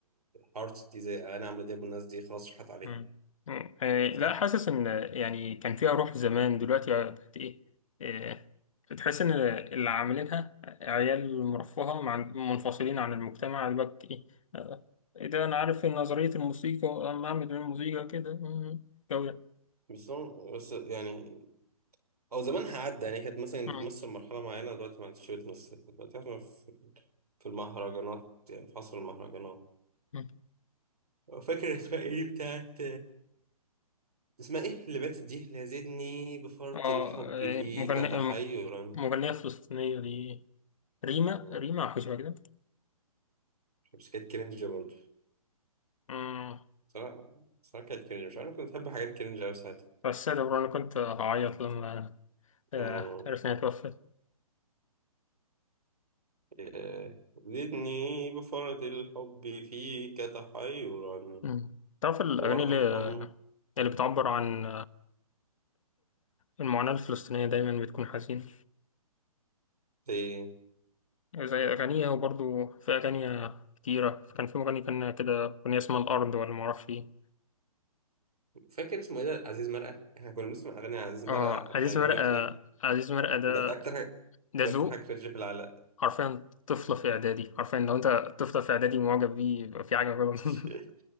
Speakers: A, on the right (about 85°); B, on the left (about 60°).
A: هارت دي زي اغاني عمرو دياب والناس دي خلاص راحت عليها
B: مم. مم. آه، لا
A: صح
B: حاسس ان يعني كان فيها روح زمان دلوقتي بقت ايه آه، بتحس ان اللي عاملينها عيال مرفهه مع منفصلين عن المجتمع دلوقتي ايه آه، إيه ده انا عارف ان نظريه الموسيقى اما اعمل الموسيقى كده مم، الجو ده
A: بس هو- بس يعني او زمانها عدى يعني كانت مثلا
B: مم.
A: بتمثل مرحله معينه دلوقتي ما عادش بتمثل كانت دلوقتي احنا في في المهرجانات يعني في عصر المهرجانات
B: مم.
A: فاكر اسمها ايه بتاعت اسمها ايه اللي باتت دي اللي زدني بفرط
B: اه
A: الحب فيك
B: آه، مغنية
A: تحيرا
B: مغنية فلسطينية دي ريما
A: مم.
B: ريما أو حاجة شبه كده
A: بس كانت كرنج برضه
B: مم.
A: صراحة صراحة كانت كرنج مش عارف كنت بحب حاجات كرنج أوي ساعتها
B: بس ده برضه أنا كنت هعيط لما آه،
A: مم.
B: عرفت إنها توفت
A: إيه. زدني بفرط الحب فيك تحيرا
B: مم. تعرف الأغاني
A: وارحم
B: اللي اللي بتعبر عن المعاناة الفلسطينية دايما بتكون حزينة
A: مم.
B: زي أغانيها وبرضو في أغاني كتيرة كان في مغني كان كده أغنية اسمها الأرض ولا معرفش إيه
A: فاكر اسمه ايه ده عزيز مرقه احنا كنا بنسمع اغاني عزيز مرقه
B: آه
A: ام
B: عزيز
A: ايرونيكلي
B: مرقة عزيز مرقة ده
A: ده اكتر حاجه
B: ده
A: ده
B: ذوق
A: اكتر حاجه كرنج في العالم
B: حرفيا طفلة في إعدادي حرفيا لو أنت طفلة في إعدادي معجب بيه يبقى في حاجة غلط
A: <laughs>
B: <laughs>